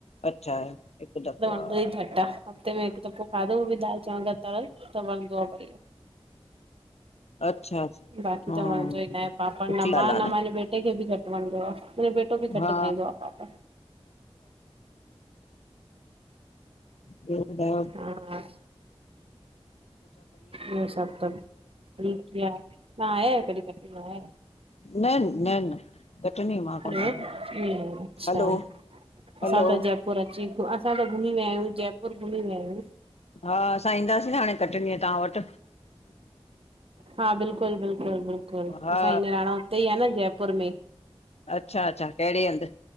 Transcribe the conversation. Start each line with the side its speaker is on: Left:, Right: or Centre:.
Left: अच्छा हिक दफ़ो आ।
Right: यही थद्दा हफ़्ते में हिकु दफ़ो खाधो उहो बि दालि चांवर तरयल त वणंदो आ भई।
Left: अच्छा
Right: बाक़ी
Left: हा
Right: त वणंदो ई न आहे पापा
Left: सुठी
Right: न
Left: ॻाल्हि
Right: मां
Left: आहे
Right: न माँ बेटे खे बि घट वणंदो आ। अटो बि
Left: हा
Right: घट खाईंदो आ पाप।
Left: ब्यो कंया।
Right: हा उहो सभ त ठीक थी नाहे कॾहिं कॾहिं।
Left: न न न कटनी मां
Right: हलो
Left: कोन आई
Right: ये अच्छा
Left: हलो।
Right: असां
Left: हलो।
Right: त जयपुर अची असां त घुमी वया आहियूं जयपुर घुमी वया आहियूं।
Left: हा असां ईंदासीं न हाणे कटनी आ तां वट्।
Right: हा बिल्कुल बिल्कुलु बिल्कुल
Left: हा
Right: असांई निरांनो। इतेई आ, न जयपुर में।
Left: अच्छा अच्छा, कहिड़े हंध?